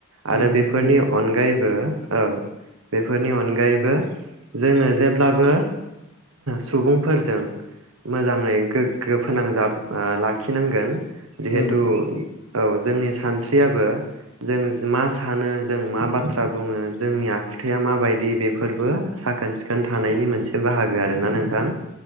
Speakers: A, on the right (about 80°); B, on the left (about 60°).
A: आरो
B: औ
A: बेफोरनि
B: नंगौ
A: अनगायैबो। औ बेफोरनि अनगायैबो जोङो जेब्लाबो सुबुंफोरजों मोजाङै गोग्गो फोनांजाब ओ लाखिनांगोन। जिहेतु
B: औ
A: औ जोंनि सानस्रियाबो जों मा सानो जों मा बाथ्रा बुङो जोंनि आखुथाया माबायदि बेफोरबो साखोन सिखोन थानायनि मोनसे बाहागो आरोना नों थां